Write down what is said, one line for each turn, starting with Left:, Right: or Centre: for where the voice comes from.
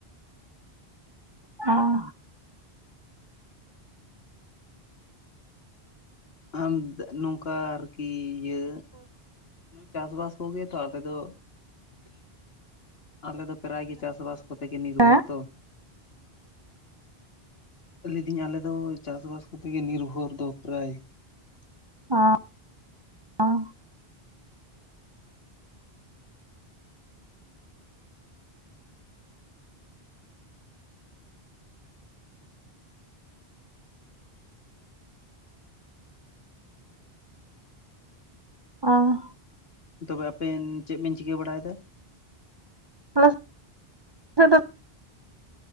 Right: ᱦᱩᱸ
Left: ᱟᱢ ᱱᱚᱝᱠᱟ ᱟᱨᱠᱤ ᱤᱭᱟᱹ ᱪᱟᱥᱵᱟᱥ ᱠᱚᱜᱮ ᱛᱚ ᱟᱞᱮ ᱫᱚ ᱟᱞᱮ ᱫᱚ ᱯᱨᱟᱭ ᱜᱮ ᱪᱟᱥᱼᱵᱟᱥ ᱠᱚᱛᱮ ᱜᱮ ᱱᱤᱨᱵᱷᱚᱨ
Right: ᱦᱮᱸ
Left: ᱛᱚ ᱞᱮᱫᱤᱧ ᱟᱞᱮᱫᱚ ᱪᱟᱥᱵᱟᱥ ᱠᱚᱛᱮᱜᱮ ᱱᱤᱨᱵᱷᱚᱨ ᱫᱚ ᱯᱨᱟᱭ
Right: <inaudible> ᱚᱸᱻ
Left: ᱛᱚᱵᱮ ᱟᱯᱮᱱ ᱪᱮᱜ ᱵᱮᱱ ᱪᱤᱠᱟᱹ ᱵᱟᱲᱟᱭᱮᱫᱟ?
Right: <inaudible>